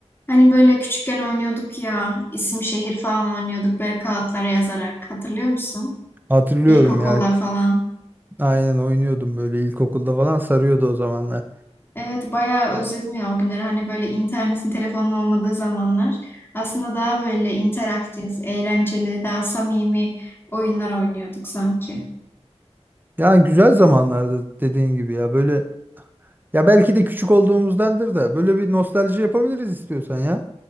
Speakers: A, on the left; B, on the right.
A: Hani böyle küçükken oynuyorduk ya, isim şehir falan oynuyorduk böyle kağıtlara yazarak. Hatırlıyor musun?
B: Hatırlıyorum
A: İlkokulda
B: ya.
A: falan.
B: Aynen oynuyordum böyle ilkokulda falan sarıyordu o zamanlar.
A: Evet bayağı özledim ya o günleri. Hani böyle internetin, telefonun olmadığı zamanlar. Aslında daha böyle interaktif, eğlenceli, daha samimi oyunlar oynuyorduk sanki.
B: Yani güzel zamanlardı dediğin gibi ya. Böyle ya belki de küçük olduğumuzdandır da böyle bir nostalji yapabiliriz istiyorsan ya.